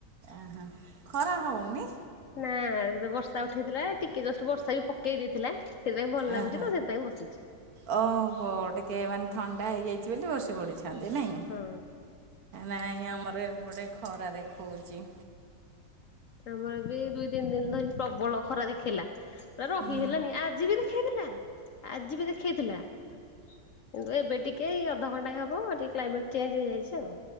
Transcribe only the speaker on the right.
ଅହୋ। ଖରା ହଉନି?
ଅହ
ଓହୋ। ଟିକେ ମାନେ ଥଣ୍ଡା ହେଇଯାଇଛି ବୋଲି ବସି ପଢଡିଛନ୍ତି ନାଇଁ?
ନାଇଁ ଆମର ଏପଟେ ଖରା ଦେଖଉଛି।
ହୁଁ।